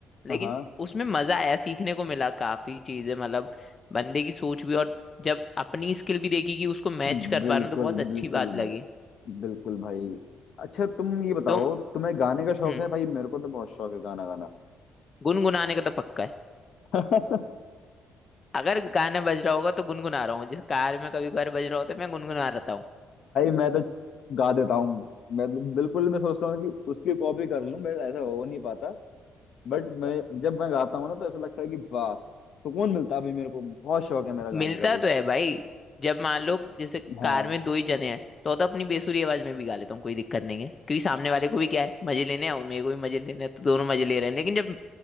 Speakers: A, on the left; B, on the left.
A: लेकिन
B: हाँ हाँ
A: उसमें मजा आया सीखने को मिला काफी चीजें मतलब बंदे की सोच भी और जब अपनी स्किल भी देखी कि उसको मैच
B: बिल्कुल
A: कर पा रहे हो तो बहुत अच्छी
B: बिल्कुल
A: बात लगी
B: बिल्कुल भाई अच्छा तुम ये बताओ
A: तो
B: तुम्हें गाने का शौक
A: हम्म
B: है भाई मेरे को तो बहुत शौक है गाना गाना
A: गुनगुनाने का तो पक्का है
B: भाई
A: अगर गाना बज रहा होगा तो गुनगुना रहा हूँ जिस कार में कभी कभार बज रहा होता है मैं गुनगुना रहता
B: मैं तो गा देता हूँ मैं तो बिल्कुल मैं सोचता हूँ कि उसकी कॉपी कर लूँ मेरा ऐसा हो नहीं पाता बट मैं जब मैं गाता हूँ ना तो ऐसा लगता है कि बस सुकून मिलता है अभी मेरे को बहुत शौक है मेरा गाने
A: मिलता
B: का भी
A: तो है भाई जब मान लो जैसे
B: हाँ
A: कार में दो ही जने हैं तो तो अपनी बेसुरी आवाज में भी गा लेता हूँ कोई दिक्कत नहीं है क्योंकि सामने वाले को भी क्या है मजे लेने हैं और मेरे को भी मजे लेने हैं तो दोनों मजे ले रहे हैं लेकिन जब